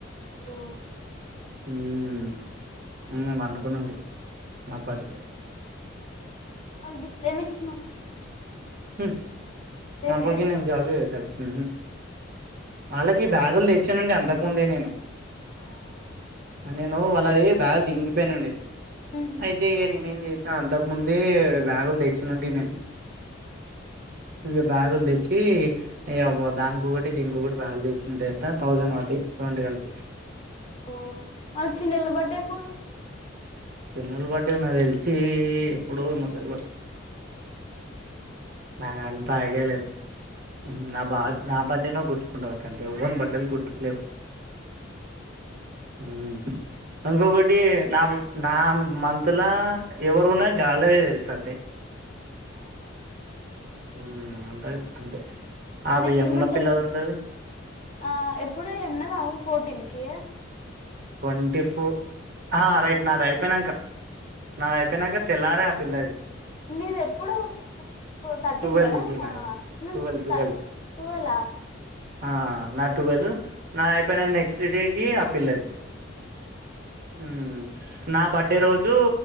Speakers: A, on the left; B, on the right.
A: బో
B: ఉమ్ ఉమ్ పనుకునుండి మాప్పటికే
A: మల్ గిఫ్ట్ ఏమిచ్చినవ్
B: హ్మ్ అపుడ్
A: ఇయ్యాలే
B: కీ నేన్ జాబె చేసలే ఉహ్ వాళ్ళకి బ్యాగుల్ దేచ్చానుండే అంతకుముందే నేను
A: ఆహా
B: నేను వాళ్ళది బ్యాగ్ చినీగిపెయ్ నుండే
A: ఉహు
B: అయితే ఇగ నేను ఏం జేస్ నా అంతక్ ముందే బ్యాగుల్ తెచినుంటి నేన్ ఇగ బ్యాగుల్ దేచ్చి ఇగ దాన్ కొకటి దీన్ కొకటి బ్యాగుల్ దేచ్ నట్ ఎంత థౌసండ్ వాడ్డయ్ రొండు కల్ పి
A: ఓ మళ్ చిన్నేల్ బర్డ్ ఎప్పుడు
B: చినోల బర్డే నాకు తెల్చి ఎప్పుడోమొ మా దేల్ వాద్
A: హు
B: నాకంత ఐడియా లేద్ నా బద్ నా బర్డేనో గుర్తుకుండద్ గంతే ఎవన్ బడే ల్ గుర్ త్ లేవ్ ఉమ్ ఇంకొకటి నా నా మంతుల ఎవరున్నది గాలదే తెల్ సంతే
A: ఆహా
B: ఉమ్ అంతా అంతే ఆ
A: నెక్
B: యమున
A: స్ట్ మంతోస్
B: పిల్లది ఉంటది
A: ఆ ఎప్పుడు ఉనవ ఫో టిన్ కీ
B: ట్వంటీ ఫు ఆ రైట్ నాదైపెయినంక నాదాయ్ అయిపెనక తెల్లారే ఆ పిల్లది
A: నీద్ ఎప్పుడు ఉఫ్ ఫోర్ తటీన్
B: టువెల్
A: కదా
B: కి నాది
A: ఆ హు
B: టువెల్ టువెల్
A: తత్ టూవేలా
B: ఆ నా టువెల్ నాదయి పెయిన నెక్స్ డేకి ఆ పిల్లది
A: ఆహా
B: మ్మ్ నా బడ్ డే రోజు